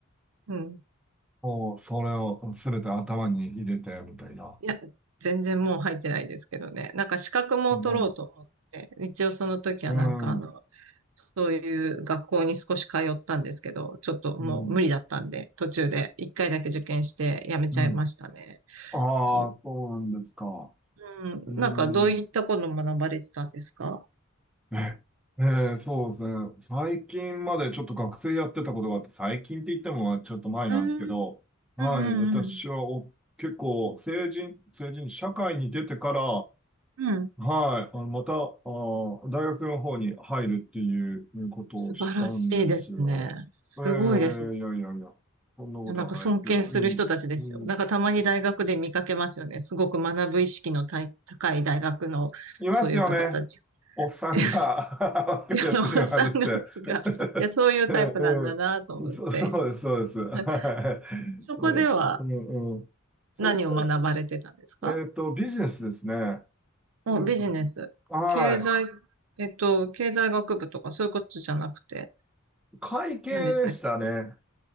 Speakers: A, on the right; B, in the centre.
A: うん。
B: もう、それをすべて頭に入れて、みたいな。
A: いや、全然もう入ってないですけどね。なんか資格も取ろうと思って、
B: うん。
A: 一応その時はなんかあの、
B: うん。
A: そういう学校に少し通ったんですけど、ちょっともう無理だったんで、
B: うん。
A: 途中で一回だけ受験してやめちゃいましたね。
B: うん。ああ、
A: そう。
B: そうなんですか。
A: うん。
B: うん。
A: なんかどういったことを学ばれてたんですか
B: え、えーそうですね。最近までちょっと学生やってたことがあって、最近って言ってもちょっと前なんですけど、
A: うん。
B: はい、
A: うんうんうん。
B: 私はお、結構、成人、成人、社会に出てから、
A: うん。
B: はい。あの、また、あー、大学の方に入るっていうことをしたんですよ。
A: 素晴らしいですね。すごいですね。
B: ええいやいやいや。そんなことはないですけど。
A: いやなんか尊敬する人たちですよ。
B: うん。うん。
A: なんかたまに大学で見かけますよね。すごく学ぶ意識のたい高い大学のそういう方たち。
B: いますよね。おっさんが
A: <laughs>
B: <laughs> 若いやつにはるって。
A: 山本さんが、がいや、そういうタイプなんだなと思って。
B: <laughs> ええええそ、そうです、そうです。は
A: <laughs> そこでは
B: い。ええうんうん。そこ
A: 何を学ばれてたんですか
B: では、えっと、ビジネスですね。
A: もうビジネス。
B: うん。は
A: 経済、えっと、経済学部とかそういうことじゃなくて、
B: い。会計でしたね。
A: 何でしたっけ